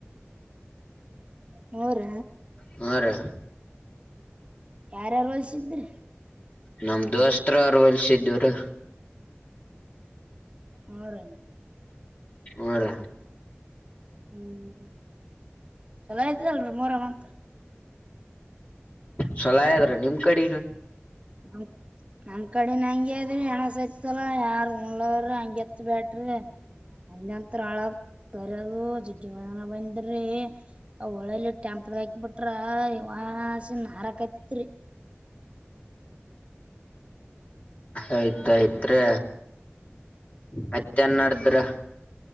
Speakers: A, on the right (about 30°); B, on the left (about 30°).
A: ಮೂಊರ
B: ಹ್ಞೂ ರೀ
A: ಯಾರ್ಯಾರು ಹೊಲ್ಸಿದ್ರಿ
B: ನಮ ದೋಸ್ತ್ರ ಅವರು ಹೊಲ್ಸಿದವರ
A: ಹರ
B: ಹರ
A: ಹ್ಮ್ ಚಲೋ ಆಯ್ತಲ್ರಿ ಮೂರ ಮತ್
B: ಚಲೋ ಆಯದ್ರ ನಿಮ್ ಕಡಿಗ
A: ನಮ್ ನಮ್ ಕಡಿನ ಹಂಗೆ ಅದ್ರಿ ಹೆಣಸ ಐತಲ್ಲ ಯಾರ್ ಉಂಗಲವ್ರ ಹಂಗೆ ಎತ್ ಬ್ಯಾಡ್ರಿ. ಎತ್ರ್ ಅಳದ್ ಬರದು ಜಿಗ್ಗಿ ಮಾರನ ಬಂದ್ರಿ ಅವ ಒಳಲ್ಲಿ ಟೆಂಪ್ ದಾಗ್ ಹಾಕ್ ಬಿಟ್ರ ಯವ್ವಾ ಹಾಸಿನ್ ಹಾರಕ್ಕತ್ತಿತ್ರಿ
B: ಆಯ್ತ್ ಅಯ್ತ್ರಿ ಮತ್ತೇನ್ ನಡ್ದ್ರಿ.